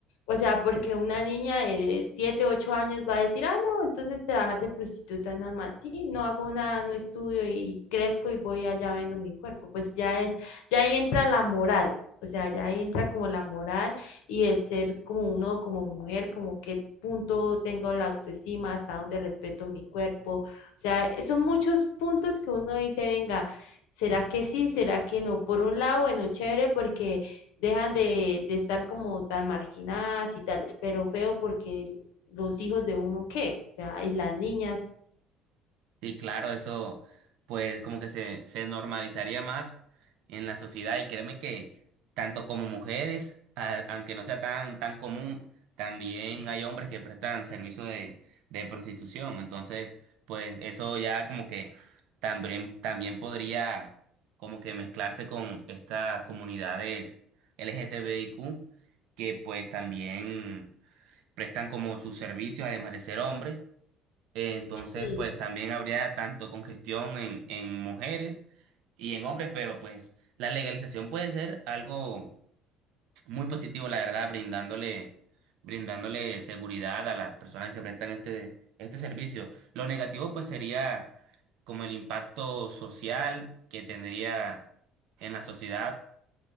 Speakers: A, on the left (about 85°); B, on the right (about 75°).
A: O sea, porque una niña de 7 8 años va a decir, ah, no, entonces trabajar de prostituta es normal, sí, no hago nada, no estudio y crezco y voy allá vendo mi cuerpo. Pues ya es, ya ahí entra la moral, o sea, ya ahí entra como la moral y el ser como uno, como mujer, como qué punto tengo la autoestima, hasta dónde respeto mi cuerpo, o sea, eh, son muchos puntos que uno dice, venga, ¿será que sí? ¿Será que no? Por un lado, bueno, chévere porque dejan de, de estar como tan marginadas y tales, pero feo porque los hijos de uno, ¿qué? O sea, y las niñas.
B: Sí, claro, eso pues como que se, se normalizaría más en la sociedad y créeme que tanto como mujeres, a- aunque no sea tan, tan común, también hay hombres que prestan servicio de, de prostitución. Entonces, pues eso ya como que también, también podría como que mezclarse con estas comunidades LGTBIQ que pues también prestan como sus servicios además de ser hombres entonces,
A: Sí.
B: pues también habría tanto congestión en, en mujeres y en hombres, pero pues la legalización puede ser algo muy positivo, la verdad, brindándole, brindándole seguridad a las personas que prestan este, este servicio. Lo negativo, pues, sería como el impacto social que tendría en la sociedad,